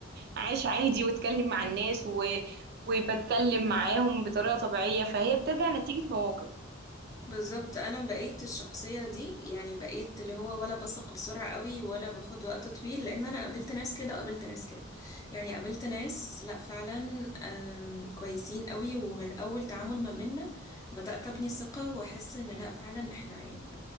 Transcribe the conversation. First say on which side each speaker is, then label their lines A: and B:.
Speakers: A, on the right; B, on the left.
A: عايش عادي واتكلم مع الناس و... وبتكلم معاهم بطريقة طبيعية فهي بترجع نتيجة مواقف
B: بالظبط انا بقيت الشخصيه دي يعني بقيت اللي هو ولا بثق بسرعه قوي ولا باخد وقت طويل لان انا قابلت ناس كده وقابلت ناس كده يعني قابلت ناس لا فعلا آم، كويسين قوي ومن اول تعامل ما بينا بدات ابني ثقه واحس ان لا فعلا احنا يعني